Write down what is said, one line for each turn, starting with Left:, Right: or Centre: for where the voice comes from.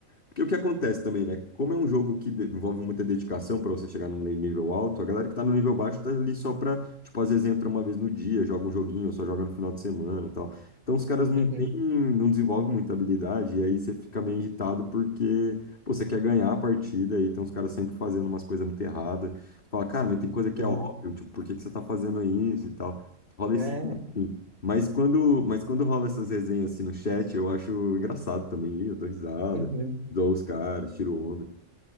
Left: porque o que acontece também, né? Como é um jogo que de- envolve muita dedicação para você chegar no le- nível alto, a galera que tá no nível baixo tá ali só pra, tipo, às vezes entra uma vez no dia, joga um joguinho, ou só joga no final de semana e tal. Então os caras não
Right: Uhum,
Left: têm, não desenvolvem muita habilidade, e aí você fica meio irritado porque, pô, você quer ganhar a partida, e tem uns caras sempre fazendo umas coisas muito erradas. Você fala, cara, mas tem coisa que
Right: <laughs>
Left: é óbvio, tipo, por que que você tá fazendo isso e tal? Rola
Right: uhum.
Left: esse.
Right: É,
Left: enfim. Mas quando, mas quando rola essas resenhas assim no chat, eu acho engraçado também, ih, eu dou risada
Right: uhum,
Left: zoa os caras, tiro onda.